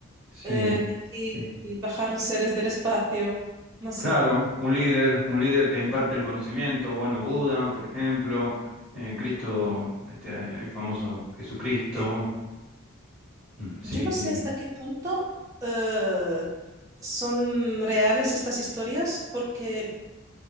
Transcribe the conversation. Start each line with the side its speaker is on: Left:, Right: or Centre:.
Centre: Sí,
Right: eh, y,
Centre: sí.
Right: y bajaron seres del espacio, no sé.
Centre: Claro, un líder, un líder que imparte el conocimiento, bueno, Buda, por ejemplo, eh, Cristo, este, el famoso Jesucristo.
Right: Sí.
Centre: Mm, Sí,
Right: Yo no sé
Centre: sí.
Right: hasta qué punto eh, son reales estas historias porque...